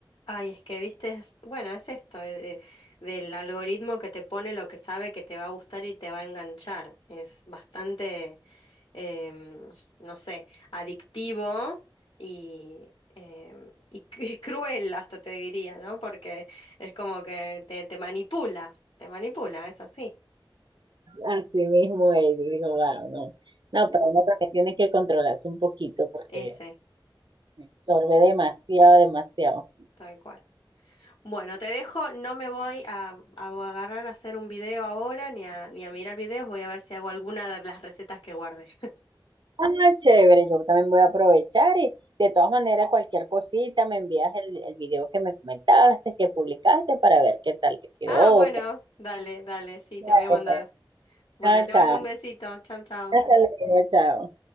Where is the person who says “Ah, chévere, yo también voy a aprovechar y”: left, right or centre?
Right